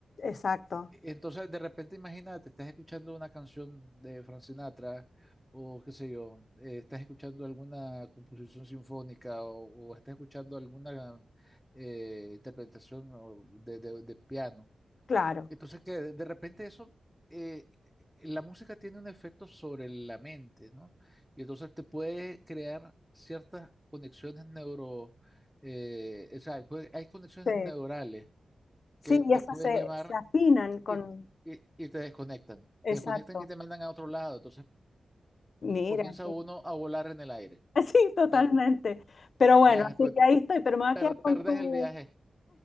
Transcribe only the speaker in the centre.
E- Entonces, de repente, imagínate, estás escuchando una canción de Frank Sinatra o qué sé yo, eh, estás escuchando alguna composición sinfónica o, o estás escuchando alguna eh, interpretación o, de, de- de piano.
Entonces que de de repente eso, eh, la música tiene un efecto sobre la mente, ¿no? Y entonces te puede crear ciertas conexiones neuro, eh, o sea, puede- hay conexiones
neurales
que te
pueden
llamar
y, y- y te desconectan.
Te desconectan y te mandan a otro lado. Entonces
comienza
uno
a volar en el aire.
Ya,
ya después
per-
perdes
el viaje.